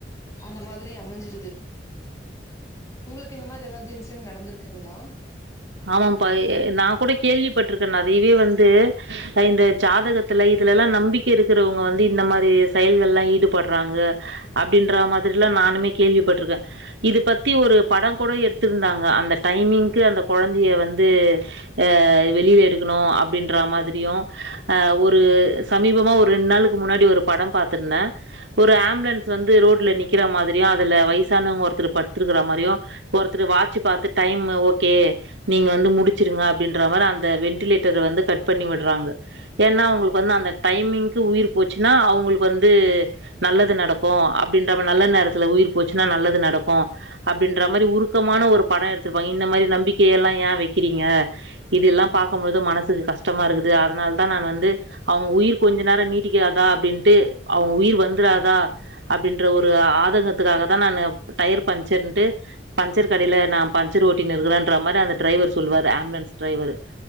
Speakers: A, on the left; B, on the right.
A: அந்த மாதிரி அமஞ்சிருது உங்களுக்கு இந்த மாதிரி ஏதாவது இன்சிடென்ட் நடந்துருக்குங்ளா
B: ஆமாப்பா நா கூட கேள்விப்பட்ருக்க நறையவே வந்து பா இந்த ஜாதகத்துல இதுலல்லா நம்பிக்கை இருக்கிறவங்க வந்து இந்த மாரி செயல்கள்ல்லா ஈடுபடுறாங்க அப்டின்ற மாதிரில்லா நானுமே கேள்விப்பட்ருக்க இது பத்தி ஒரு படம் கூட எடுத்திருந்தாங்க அந்த டைமிங்க்கு அந்த கொழந்தைய வந்து ஆ வெளியில எடுக்கணு அப்டின்ற மாதிரியு ஒரு சமீபமா ஒரு ரெண்டு நாளுக்கு முன்னாடி ஒரு படம் பாத்துருந்த ஒரு ஆம்புலன்ஸ் வந்து ரோட்ல நிக்கிற மாதிரியு அதுல வயசானவங்க ஒரு த்தர் படுத்திருக்கிற மாரியு ஒருத்தர் வாட்ச பார்த்து டைம் ஓகே நீங்க வந்து முடிச்சுருங்க அப்டின்ற மாரி அந்த வெண்டிலேட்டர வந்து கட் பண்ணி விடுறாங்க ஏன்னா அவுங்களுக்கு வந்து அந்த டைமிங்க்கு உயிர் போச்சுனா அவங்களுக்கு வந்து நல்லது நடக்கு அப்டின்ற நல்ல நேரத்துல உயிர் போச்சுன்னா நல்லது நடக்கு அப்டின்ற மாரி உருக்கமான ஒரு படம் எடுத்திருப்பாங்க இந்த மாரி நம்பிக்கை எல்லா ஏன் வைக்கிறீங்க இது எல்லா பார்க்கும் பொழுது மனசுக்கு கஷ்டமா இருக்குது அதனால தா நா வந்து அவுங்க உயிர் கொஞ்ச நேரோ நீடிக்காதா அப்டின்ட்டு அவுங்க உயிர் வந்துறாதா அப்படின்ற ஒரு ஆதங்கத்துக்காக தா நானு டயர் பஞ்சர்ன்ட்டு பஞ்சர் கடையில நா பஞ்சர் ஓட்டின்னு இருக்கிறன்ற மாரி அந்த டிரைவர் சொல்லுவாரு ஆம்புலன்ஸ் டிரைவர்